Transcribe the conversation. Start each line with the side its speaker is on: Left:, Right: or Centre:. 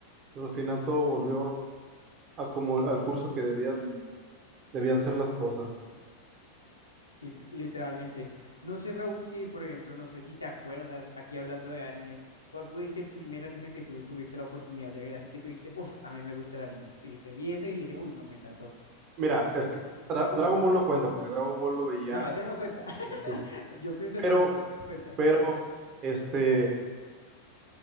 Right: Al final todo volvió a como al curso que debían, debían ser las cosas.
Left: Sí, literalmente. No sé, Raúl, si, por ejemplo, no sé si te acuerdas, aquí hablando de anime, ¿cuál fue ese primer anime que tú tuviste la oportunidad de ver? Así que tú dijiste, uff, a mí me gusta el anime. Dijiste, vi ese y dije, uy, no, me encantó.
Right: Mira, es que Dra- Dragon Ball no cuenta porque Dragon Ball lo veía,
Left: No, ese no cuenta. <laughs>
Right: este,
Left: Yo pienso
Right: pero,
Left: lo mismo, no cuenta.
Right: pero, este,